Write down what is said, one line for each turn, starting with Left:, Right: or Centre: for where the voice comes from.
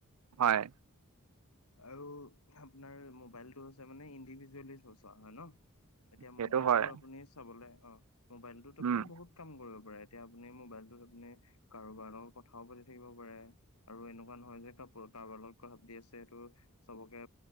Right: হয়
Left: আৰু আপোনাৰ মোবাইলটো আছে মানে ইণ্ডিভিজুৱেলি চোৱা হয় ন এতিয়া
Right: সেইটো
Left: মোবাইলটো
Right: হয়
Left: আপুনি চাবলে অ', মোবাইলটোত আপুনি
Right: উম
Left: বহুত কাম কৰিব পাৰে! এতিয়া আপুনি মোবাইলটোত আপুনি কাৰোবাৰ লগত কথাও পাতি থাকিব পাৰে, আৰু এনেকুৱা নহয় যে <unintelligible> কাৰোবাৰ লগত কথা পাতি আছে <unintelligible> চবকে